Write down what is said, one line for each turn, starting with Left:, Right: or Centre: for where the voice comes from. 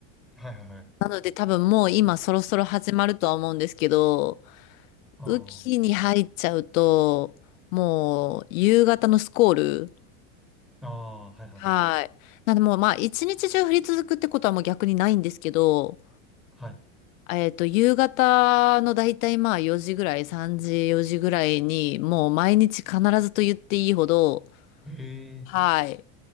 Centre: はいはいはい。
Left: なので多分もう今そろそろ始まるとは思うんですけど、
Centre: あ
Left: 雨季に入っちゃうと、もう夕方のスコール、
Centre: あ、ああ、はいはいはい。
Left: はい。なんでもう、まあ、一日中降り続くってことはもう逆にないんですけど、
Centre: はい。
Left: えっと、夕方のだいたいまあ4時ぐらい、3時、4時ぐらいに、もう毎日必ずと言っていいほど、
Centre: ええあ、
Left: はい、
Centre: そ、